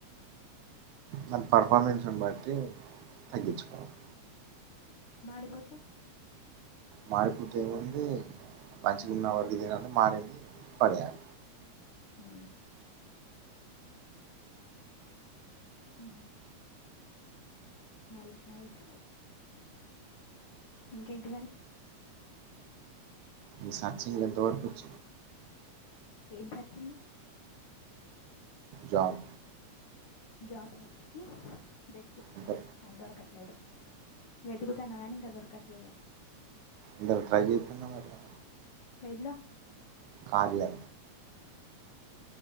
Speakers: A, on the right (about 85°); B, on the left (about 80°).
A: దాని పర్ఫార్మెన్స్ బట్టి తగ్గించుకోవాలి
B: మాడిపోతే
A: మాడి పోతే ఏముంది మంచికున్న వరకు
B: రోస్ట్
A: తిన్నండి మాడింది పడయాల
B: హ అ నైస్ నైస్ ఇంకేంటి మరి
A: ఈ సచింగ్ దచ
B: ఏం సర్చ్చింది
A: జాం
B: జాబ్ సచ్చ వెతుకుతున్నా
A: అంటే
B: అది దొరకట్లేదు వెతుకుతున్నా కానీ ఇంకా దొరకట్లేదు
A: ఇలో ట్రై చే వర్లే
B: వెళ
A: కార్య లో